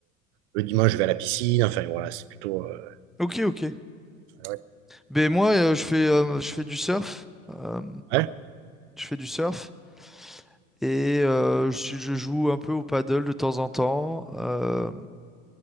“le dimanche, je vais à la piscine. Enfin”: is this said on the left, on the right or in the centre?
Right